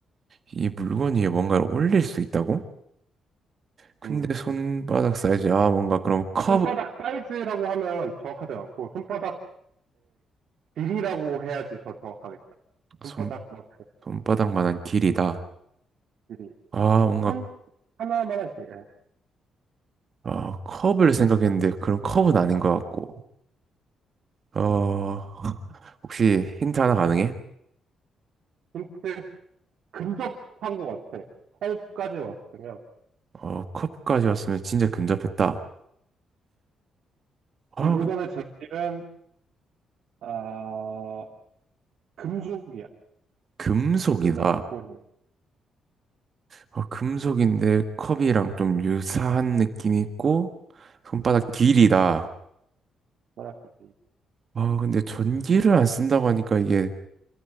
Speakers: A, on the right; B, on the right.
A: 이 물건 위에 뭔가를 올릴 수 있다고? 근데
B: 음.
A: 손바닥 사이즈 아 뭔가 그럼 컵
B: 아, 손바닥 사이즈라고 하면 정확하지 않고 손바닥의 길이라고 해야지 더 정확하겠다. 손바닥만큼
A: 손, 손바닥만한 길이다
B: 길이.
A: 아 뭔가
B: 손 하나만한 길이. 예.
A: 아 컵을 생각했는데 그럼 컵은 아닌 것 같고 어 <laughs> 혹시 힌트 하나 가능해?
B: 힌트 근접한 것 같아. 컵까지 왔으면
A: 어 컵까지 왔으면 진짜 근접했다 아
B: 이 물건의
A: 그-
B: 재질은 아 금속이야.
A: 금속이다
B: 지금 내가 보고 있는
A: 어, 금속인데 컵이랑 좀 유사한 느낌이 있고 손바닥 길이다
B: 만한 길이.
A: 아 근데 전기를 안 쓴다고 하니까 이게